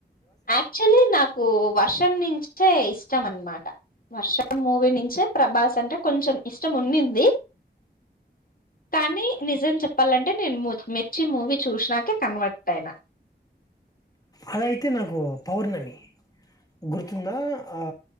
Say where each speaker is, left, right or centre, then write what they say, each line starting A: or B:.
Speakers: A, on the left (about 55°); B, on the left (about 20°).
A: అక్చుఅల్లీ నాకు వర్షం నుంచే ఇష్టం అనమాట వర్షం మూవీ నుంచే ప్రభాస్ అంటే కొంచెం ఇష్టం ఉన్నింది కానీ నిజం చెప్పాలం టే నేను మిర్చి మూవీ చూసినాకే కన్వర్ట్ అయినా
B: అదయితే నాకు పౌర్ణమి గుర్తుంద ఆ ఆ